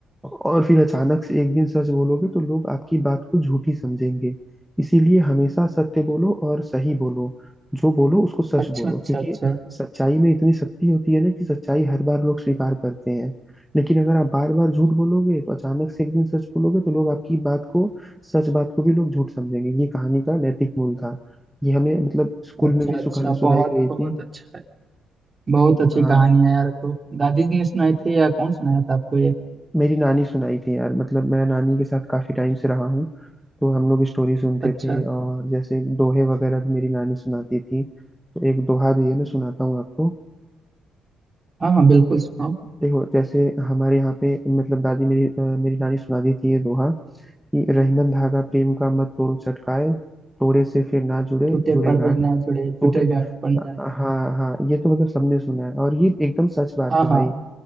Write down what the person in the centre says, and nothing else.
और फिर अचानक से एक दिन सच बोलोगे तो लोग आपकी बात को झूठी समझेंगे इसीलिए हमेशा सत्य बोलो और सही बोलो जो बोलो उसको सच
बोलो
क्योंकि
सच्चाई में इतनी शक्ति होती है ना कि सच्चाई हर बार लोग स्वीकार करते हैं लेकिन अगर आप बार बार झूठ बोलोगे तो अचानक से एक दिन सच बोलोगे तो लोग आपकी बात को सच बात को भी लोग झूठ समझेंगे ये कहानी का नैतिक मूल था ये हमें मतलब स्कूल
में भी
सुखाने सुनाई
गई
थी
हाँ
मेरी नानी सुनाई थी यार मतलब मैं नानी के साथ काफी टाइम से रहा हूँ तो हम लोग स्टोरी सुनते
थे और जैसे दोहे वगैरह भी मेरी नानी सुनाती थी तो एक दोहा भी है मैं सुनाता हूँ आपको
देखो जैसे हमारे यहाँ पे मतलब दादी मेरी अ, मेरी नानी सुनाती थी ये दोहा कि रहीमन धागा प्रेम का मत तोड़ो चटकाए तोड़े से फिर ना जुड़े
जुड़े
घाट
टूटे
हाँ
हाँ ये तो मतलब सबने सुना है और ये एकदम सच बात
है भाई